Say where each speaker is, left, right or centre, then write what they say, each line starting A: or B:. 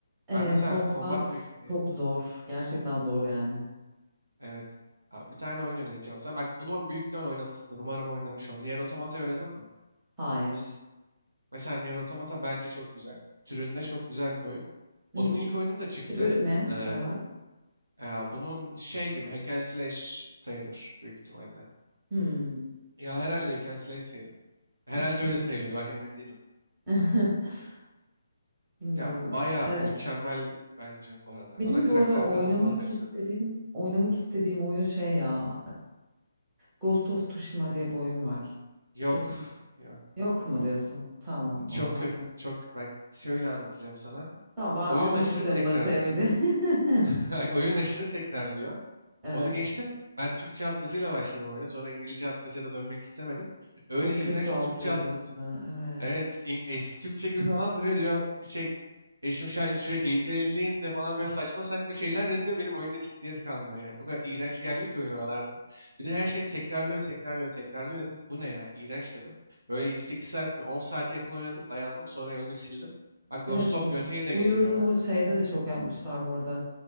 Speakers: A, on the right; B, on the right.
A: Eee
B: Ben mesela
A: Combat
B: combat mekaniği
A: çok zor. Gerçekten zor yani.
B: Evet. Ya bir tane oyun önereceğim. Sen bak bunu büyükten oynamışsındır. Umarım oynamış ol. Nier Automata'yı oynadın mı?
A: Hayır.
B: Mesela Nier Automata bence çok güzel. Türünde çok güzel bir oyun. Onun
A: N-
B: ilk oyunu da çıktı.
A: türü ne
B: Ee,
A: tam olarak?
B: ya bunun şey gibi hack and slash sayılır büyük ihtimalle.
A: Hmm,
B: Ya herhalde hack and slash sayılır. Herhalde
A: hiç duymadım.
B: öyle sayılıyordu. Bak emin değilim.
A: <laughs> Bilmiyorum.
B: Ya baya
A: Eee,
B: mükemmel bence bu arada.
A: benim
B: Ana karakter
A: bu ara oynamak
B: kadın falan da güzel.
A: istediğim oynamak istediğim oyun şey ya. Ghost of Tsushima diye bir oyun var.
B: Yok.
A: Kesin
B: Yok.
A: yok mu
B: Yok.
A: diyorsun?
B: o-
A: Tamam
B: Çok
A: oralar.
B: kötü. Çok bak şöyle anlatacağım sana.
A: Tamam ben
B: Oyun
A: anlamıştım
B: aşırı
A: sen
B: tekrarlıyor.
A: bunları sevmeyeceğini.
B: <laughs>
A: <laughs>
B: Oyun aşırı tekrarlıyor.
A: Evet.
B: Onu geçtim. Ben Türkçe alt yazıyla başladım oyuna. Sonra İngilizce alt yazıya da dönmek istemedim. Öyle
A: Çok
B: iğrenç
A: kötü altyazısı.
B: bir Türkçe alt yazı.
A: Evet.
B: Evet, İng- eski Türkçe gibi falan duruyor diyor. Şey, eşim şöyle şuraya gerileyin de falan böyle saçma saçma şeyler yazıyor. Benim oyunda ciddiyet kalmıyor yani. O kadar iğrenç geldi ki oyun oralarda. Bir de her şey tekrarlıyor, tekrarlıyor, tekrarlıyor dedim. Bu ne ya? İğrenç dedim. Böyle yedi sekiz saat mi? on saate yakın oynadım. Dayandım. Sonra oyunu sildim. Bak Ghost
A: Evet
B: of
A: bu,
B: Yotei de
A: bu
B: geliyor
A: yorumu
B: herhalde.
A: şeyde de çok yapmışlar bu arada.